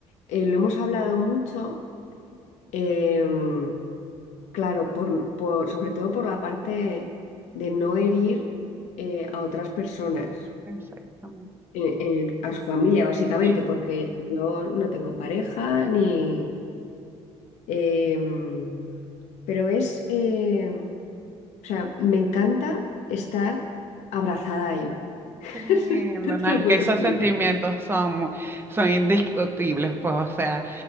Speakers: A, on the left (about 80°); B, on the right (about 20°).
A: Eh, lo hemos hablado mucho, em, claro, por, por- sobre todo por la parte de no herir eh, a otras personas,
B: Exactamente.
A: eh, eh, a su familia básicamente,
B: Sí,
A: porque yo no tengo pareja
B: bien,
A: ni... em, pero es, em, o sea, me encanta estar abrazada a él. <laughs>
B: qué lindo.
A: No te
B: No, es
A: lo puedo
B: que esos
A: explicar.
B: sentimientos son, mu- son indiscutibles, pues, o sea,